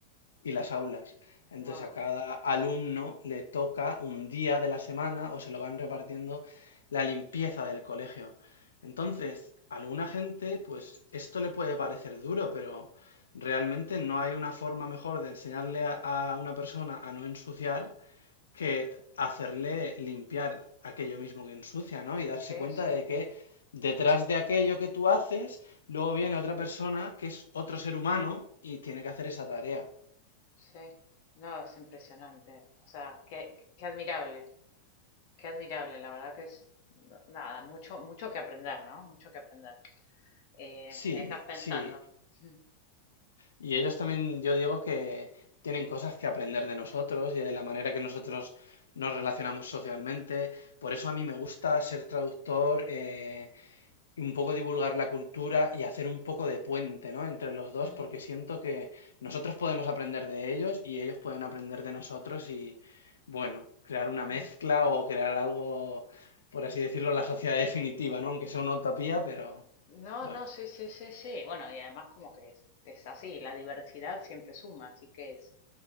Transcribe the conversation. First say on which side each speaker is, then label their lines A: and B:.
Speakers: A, on the left; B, on the left.
A: y las aulas. Entonces
B: wow.
A: a cada alumno le toca un día de la semana o se lo van repartiendo la limpieza del colegio. Entonces, a alguna gente, pues esto le puede parecer duro, pero realmente no hay una forma mejor de enseñarle a, a una persona a no ensuciar que hacerle limpiar aquello mismo que ensucia, ¿no? Y darse
B: Sí,
A: cuenta
B: sí,
A: de que detrás de aquello que tú haces, luego viene otra persona que es otro ser humano y tiene que hacer esa tarea.
B: sí. No, es impresionante. O sea, qué, qué qué admirable. Qué admirable, la verdad que es, no- nada, mucho, mucho que aprender, ¿no? Mucho que aprender. Eh,
A: Sí,
B: me dejas pensando.
A: sí.
B: Mm,
A: Y ellos también, yo digo que tienen cosas que aprender de nosotros y de la manera que nosotros nos relacionamos socialmente. Por eso a mí me gusta ser traductor, eh, y un poco divulgar la cultura y hacer un poco de puente, ¿no? entre los dos,
B: mm,
A: porque siento que nosotros podemos aprender de ellos y ellos pueden aprender de nosotros y, bueno, crear una mezcla
B: mm.
A: o crear algo, por así decirlo, la sociedad definitiva, ¿no? Aunque sea una utopía, pero
B: No,
A: bueno.
B: no, sí, sí, sí, sí. Bueno, y además como que es, es así, la diversidad siempre suma, así que es,